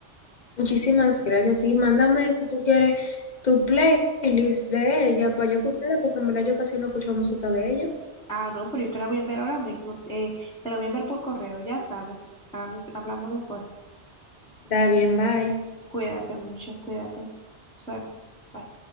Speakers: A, on the left; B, in the centre.
A: Muchísimas gracias. Y mándame si tú quieres tu playlist de ella para yo escucharla, porque en verdad yo casi no escucho música de ella.
B: Ah, no, pero yo te la voy a enviar ahora mismo. Eh, te la voy a enviar por correo, ya sabes. Ah, mis- hablamos después.
A: Está bien, bye.
B: Cuídate mucho, cuídate. Suerte. Bye.